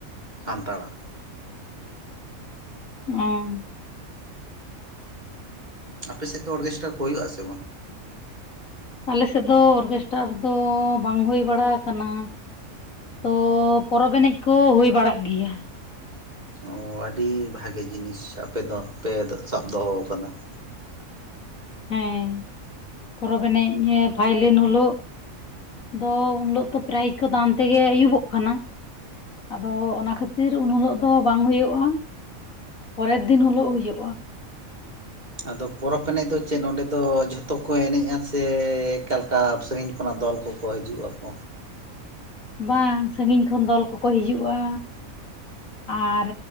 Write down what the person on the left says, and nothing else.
ᱚᱝ ᱾
ᱟᱞᱮ ᱥᱮᱫ ᱫᱚ ᱚᱨᱠᱮᱥᱴᱟᱨ ᱫᱚ ᱵᱟᱝ ᱦᱳᱭ ᱵᱟᱲᱟ ᱟᱠᱟᱱᱟ, ᱛᱚ ᱯᱚᱨᱚᱵᱽ ᱮᱱᱮᱡ ᱠᱚ ᱦᱳᱭ ᱵᱟᱲᱟᱜ ᱜᱮᱭᱟ ᱾
ᱦᱮᱸ, ᱯᱚᱨᱚᱵᱽ ᱮᱱᱮᱡ ᱱᱤᱭᱟᱹ ᱯᱷᱟᱭᱞᱮᱱ ᱦᱤᱞᱳᱜ ᱫᱚ-ᱚ ᱩᱱᱞᱳᱷᱜ ᱫᱚ ᱯᱨᱟᱭᱤᱡᱽ ᱠᱚ ᱫᱟᱱ ᱛᱮᱜᱮ ᱟᱹᱭᱩᱵᱚᱜ ᱠᱟᱱᱟ ᱟᱫᱚ ᱚᱱᱟ ᱠᱷᱟᱹᱛᱤᱨ ᱩᱱᱦᱳᱞᱳᱜ ᱫᱚ ᱵᱟᱝ ᱦᱳᱭᱳᱜ-ᱟ ᱯᱚᱨᱮᱨ ᱫᱤᱱ ᱦᱤᱞᱳᱜ ᱦᱳᱭᱳᱜᱼᱟ ᱾
ᱵᱟᱝ, ᱥᱟᱺᱜᱤᱧ ᱠᱷᱚᱱ ᱫᱚᱞ ᱠᱚᱠᱚ ᱦᱤᱡᱩᱜᱼᱟ᱾ ᱟᱨ